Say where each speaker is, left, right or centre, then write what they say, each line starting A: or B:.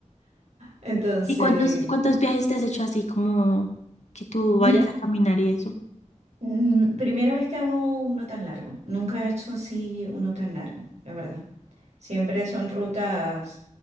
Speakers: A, on the right; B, on the left.
A: <laughs> Entonces,
B: ¿Y cuántos, cuántos viajes te has hecho así como que tú
A: mira,
B: vayas a caminar y eso?
A: Mm, Primera vez que hago uno tan largo. Nunca he hecho así uno tan largo, la verdad. Siempre son rutas,